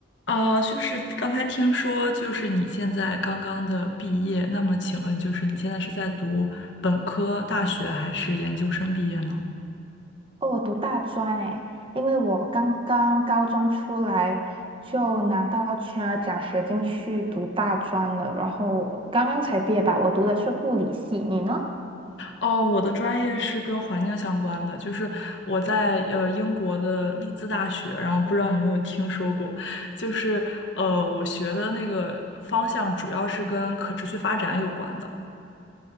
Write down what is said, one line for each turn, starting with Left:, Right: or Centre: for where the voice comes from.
Left: 啊，就是刚才听说，就是你现在刚刚的毕业，那么请问，就是你现在是在读本科大学还是研究生毕业呢？
Right: 哦，我读大专诶，因为我刚刚高中出来就拿到全额奖学金去读大专了，然后刚刚才毕业吧。我读的是护理系，你呢？
Left: 哦，我的专业是跟环境相关的，就是我在呃英国的利兹大学，然后不知道你有没有听说过，就是呃我学的那个方向主要是跟可持续发展有关的。